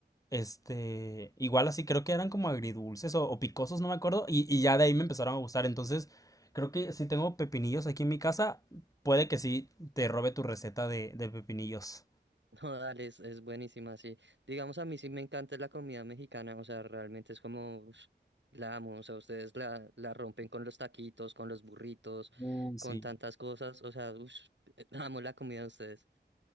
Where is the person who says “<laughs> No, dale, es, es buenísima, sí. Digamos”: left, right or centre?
Right